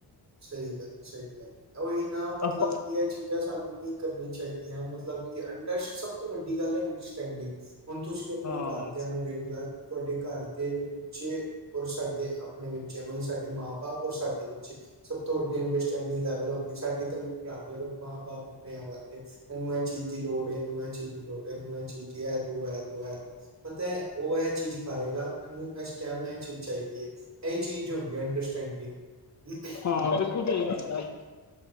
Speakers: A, on the right; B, on the left.
A: ਸਹੀ ਗੱਲ ਏ ਸਹੀ ਗੱਲ ਏ ਉਹੀ ਨਾ ਮਤਲਬ
B: ਆਪਾਂ
A: ਕਿ ਇਹ ਚੀਜ਼ ਸਾਨੂੰ ਨਈ ਕਰਨੀ ਚਾਹੀਦੀ ਆ ਮਤਲਬ ਕਿ ਅੰਡਰ ਸਭ ਤੋਂ ਵੱਡੀ ਗੱਲ ਹੈ ਐਂਡਰਸਟੈਂਡਿੰਗ ਹੁਣ ਤੁਸੀਂ ਆਪਣੇ
B: ਹਾਂ
A: ਘਰ ਦੀਆ ਨੂੰ ਵੇਖ ਲਿਆ ਕਿਉੰਕੀ ਘਰ ਦੇ ਪਿੱਛੇ ਹੋ ਸਕਦੇ ਆ ਆਪਣੇ ਵਿੱਚ ਸਾਡੇ ਮਾਂ ਬਾਪ ਔਰ ਸਾਡੇ ਵਿੱਚ ਸਭ ਤੋਂ ਵੱਡੀ ਅੰਡਰਸਟੈਂਡਿੰਗ ਅਲੱਗ ਅਲੱਗ ਜੇ ਸਾਡੀ ਤਾਂ ਭਰਾ, ਮਾਂ ਬਾਪ ਆਪਣੇ ਵਾਸਤੇ ਇਹਨੂੰ ਇਹਚੀਜ਼ ਦੀ ਲੋੜ ਹ ਇਹਨੂੰ ਇਹ ਚੀਜ਼ ਲੋੜੇ ਨੂੰ ਹੈ ਚੀਚ ਹੈ ਤੂੰ ਹੈ ਤੂੰ ਹੈ ਤੂੰ ਪਤਾ ਉਹ ਚੀਜ਼ ਖਾਏਗਾ ਅਨੂ ਐਸ ਟਾਈਮ ਇਹ ਚੀਜ਼ ਚਾਹੀਦੀ ਹ ਇਹ ਚੀਜ਼ ਹੂੰਦਾ ਹੈ ਅੰਡਰ ਸਟੈਂਡਿੰਗ <unintelligible>
B: ਹਾਂ ਫਿਰ ਕਿਊ ਚਾਇਦੀ <unintelligible>